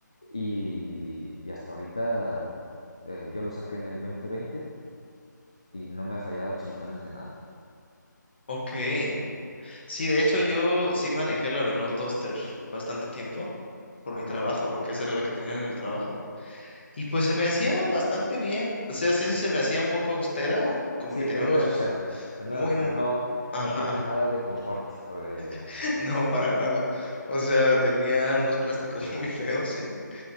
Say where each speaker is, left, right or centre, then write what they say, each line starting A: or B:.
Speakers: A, on the left (about 20°); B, on the left (about 35°).
A: Y, y hasta ahorita eh, yo lo saqué en el 2020 y no me ha fallado absolutamente nada.
B: ok. Sí, de hecho yo sí manejé la Renault Duster bastante tiempo por
A: Ajá.
B: mi trabajo, porque esa era la que tenía en el trabajo. Y pues se me hacía bastante bien. O sea, sé si se me hacía un poco austera, como
A: Sí,
B: que tenía
A: es
B: unos
A: muy austero. Es
B: muy,
A: muy austero.
B: mu-
A: No,
B: Ajá,
A: no tiene nada de confort. eh,
B: <laughs> no, para nada. O sea, tenía unos plásticos <laughs> muy feos y,